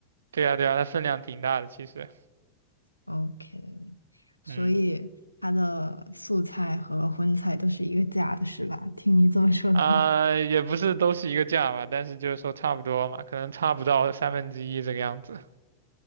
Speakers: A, on the right; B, on the left.
A: 对呀，对呀，它分量挺大的，其实。
B: OK，所以它的素菜和荤菜都是一个价的，
A: 嗯
B: 是吧？听你这么说的话，
A: 啊、也不是都是一个价吧，但是就是说差不多嘛，可能差不到三分之一这个样子。